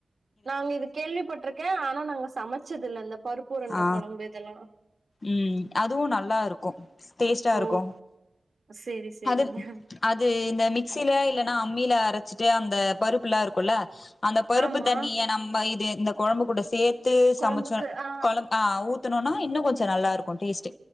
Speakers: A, on the right; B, on the left.
A: நாங்க இது கேள்விப்பட்ருக்கே ஆனா நாங்க சமச்சதுல்ல இந்த பருப்பு உருண்ட
B: ஆ
A: கொழம்பு இதெல்லா
B: ம் அதுவு நல்லாருக்கு டேஸ்டாருக்கு
A: ஓ சேரி சேரிங்க
B: அதுக் அது இந்த மிக்சில இல்லன்னா அம்மில அரச்சிட்டு அந்த பருப்புலா இருக்குல்ல அந்த பருப்பு
A: ஆமா
B: தண்ணிய நம்ம இது இந்த கொழம்பு கூட சே த்தே சமைச்சோ
A: கொழம்புக்கு ஆ
B: கொழம் ஆ ஊத்துணோனா இன்னு கொஞ்சோ நல்லாருக்கு டேஸ்ட்டு